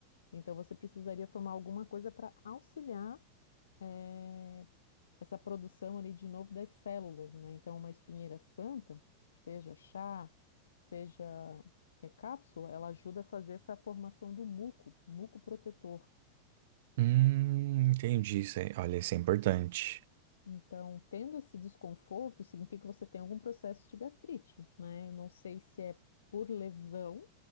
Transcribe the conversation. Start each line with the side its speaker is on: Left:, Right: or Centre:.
Left: então você precisaria tomar alguma coisa para auxiliar eh, essa produção ali de novo das células, né? Então, uma espinheira santa, seja chá, seja é, cápsula, ela ajuda a fazer essa formação do muco, muco protetor.
Right: Hum, entendi. Isso é- olha, isso é importante.
Left: Então, tendo esse desconforto, significa que você tem algum processo de gastrite, né? Eu Não sei se é por lesão